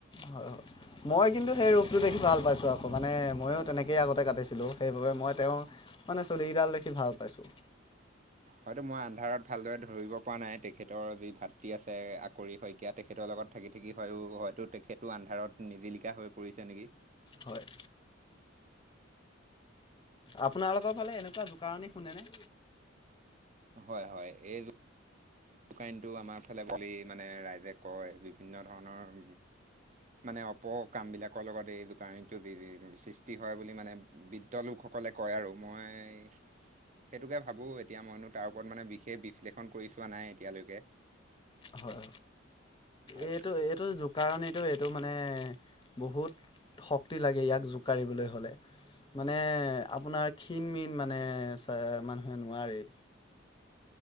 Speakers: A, on the left; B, on the right.
A: হয় হয় মই কিন্তু সেই ৰূপটো দেখি ভাল পাইছোঁ আকৌ মানে ময়ো তেনেকৈয়ে আগতে কাটিছিলোঁ সেইবাবে মই তেওঁ মানে চুলিকেইডাল দেখি ভাল পাইছোঁ।
B: হয়তো মই আন্ধাৰত ভালদৰে ধৰিব পৰা নাই, তেখেতৰ যি ভাতৃ আছে আকৰি শইকীয়া তেখ তেখেতৰ লগত থাকি থাকি হয় হয়তো তেখেতো আন্ধাৰত নিজিলিকা হৈ পৰিছে নেকি।
A: হয় আপোনালোকৰ ফালে এনেকুৱা জোকাৰণি শুনেনে?
B: হয় হয়, এই জু জোকাৰিনটো আমাৰ ফালে বুলি মানে ৰাইজে কয় বিভিন্ন ধৰণৰ মানে অপ কামবিলাকৰ লগত এই জোকাৰনীটোত বি বি সৃষ্টি হয় বুলি মানে বিদ ত' লোকসকলে কয় আৰু। মই সেইটোকে ভাবোঁ, এতিয়া মইনো তাৰ ওপৰত মানে বিশেষ বিশ্লেষণ কৰি চোৱা নাই এতিয়ালৈকে।
A: হয়।
B: হয়
A: এইটো এইটো জোকাৰণিটো এইটো মানে বহুত শক্তি লাগে ইয়াক জোকাৰিবলৈ হ'লে। মানে আপোনাৰ ক্ষীণ মীন মানে চা মানুহে নোৱাৰে।